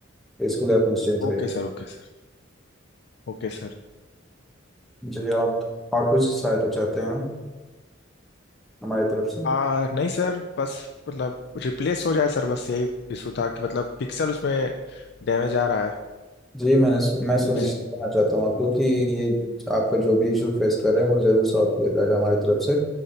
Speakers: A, in the centre; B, on the left.
A: इसके लिए आप निश्चिंत रहिए
B: Okay sir okay sir Okay sir
A: जी आप और कुछ सहायता चाहते हैं हमारी तरफ से
B: आ नहीं सर बस मतलब रिप्लेस हो जाए सर बस यही इशू था कि मतलब पिक्सल उसमें डैमेज आ रहा है
A: जी मैंने सु, मैं सुनिश्चित
B: उसी
A: करना चाहता हूँ आपको कि ये आपका जो भी इशू फेस कर रहे हैं वो जरूर सॉल्व किया जाएगा हमारी तरफ से